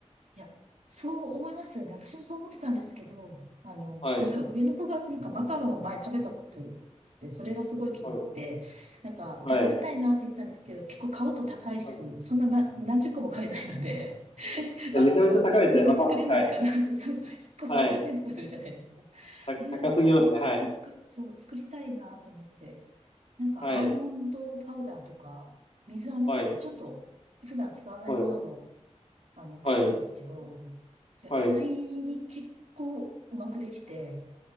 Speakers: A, on the right (about 85°); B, on the left (about 55°).
A: いや、そう思いますよね。私もそう思ってたんですけど、あの、
B: はい。
A: なんか上の子がなんかマカロンを前食べたことあって、それがすごい気に入って、
B: はい。
A: なんかまた食べたいなって言ってたんですけど、
B: はい。
A: 結構買うと高いし、
B: はい
A: そんなな何十個も買えないので、<laughs>
B: でめちゃめちゃ高いですね、
A: あの、なんか作れないかなと、
B: マカロンって。はい。
A: そう、1個300円とかするじゃないですか。
B: はい。た、
A: で、
B: 高すぎますね。
A: だから、え、ちょっと作、
B: はい。
A: そう、作りたいなと思って、なんかアーモンドパウダーとか、
B: はい。
A: 水飴とか、
B: はい。
A: ちょっと普段使わないもの
B: はい。
A: あの、買ったんですけど、
B: はい。
A: いや、
B: はい。
A: 意外に結構うまくできて、